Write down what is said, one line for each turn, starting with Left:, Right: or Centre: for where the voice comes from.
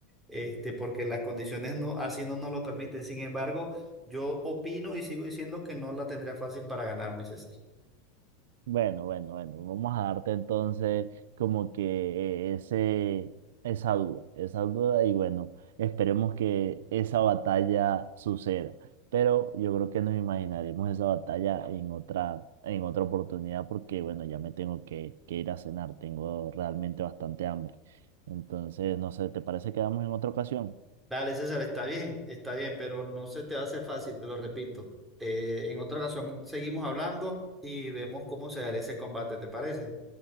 Centre: este, porque las condiciones no, así no nos lo permiten. Sin embargo, yo opino y sigo diciendo que no la tendría fácil para ganarme, César.
Right: Bueno, bueno, bueno, vamos a darte entonces como que eh, ese, esa duda, esa duda y bueno, esperemos que esa batalla suceda, pero yo creo que nos imaginaremos esa batalla en otra, en otra oportunidad porque bueno, ya me tengo que, que ir a cenar, tengo realmente bastante hambre, entonces no sé, ¿te parece que quedamos en otra ocasión?
Centre: Dale, César, está bien, está bien, pero no se te va a hacer fácil, te lo repito. Eh, en otra ocasión seguimos hablando y vemos cómo se dará ese combate, ¿te parece?